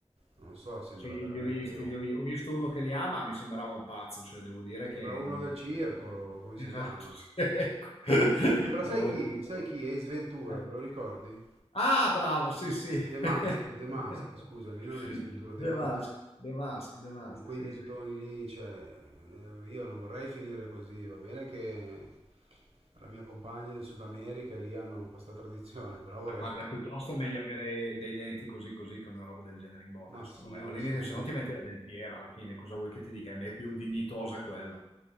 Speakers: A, on the right; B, on the left.
A: non so, sembra
B: sì,
A: veramente
B: li ho visti,
A: un...
B: li ho, vi- ho visto uno che li ama, mi sembrava un pazzo, cioè devo dire
A: Sembra
B: che
A: uno
B: non mi
A: del circo,
B: piaceva per niente.
A: come
B: Esatto,
A: si chiama?
B: sì, <laughs> ecco.
A: Sembra, sai
B: Non volevo
A: chi?
B: dirlo.
A: Sai chi? Ace Ventura,
B: Eh.
A: te lo ricordi?
B: Ah, bravo, sì, sì.
A: The Mask,
B: <laughs>
A: The Mask, scusami, non Ace Ventura, The
B: The
A: Mask.
B: Mask, The Mask, The Mask,
A: Con quei
B: sì,
A: dentoni
B: sì.
A: lì, cioè, eh, io non vorrei finire così, va bene che la mia compagna del Sud America e lì hanno questa tradizione, però vorrei...
B: Ma guarda, piuttosto è meglio avere dei denti così così che una roba del genere in bocca,
A: Ma sì,
B: secondo me. O al limite,
A: sì.
B: se no ti metti la dentiera alla fine, cosa vuoi che ti dica? È più dignitosa quella.